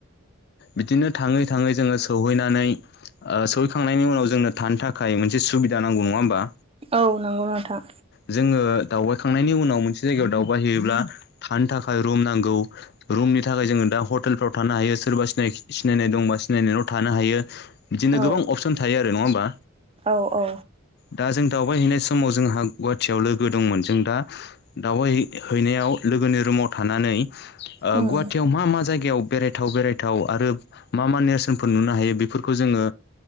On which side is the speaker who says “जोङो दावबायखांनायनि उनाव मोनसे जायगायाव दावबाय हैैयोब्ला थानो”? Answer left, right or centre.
Left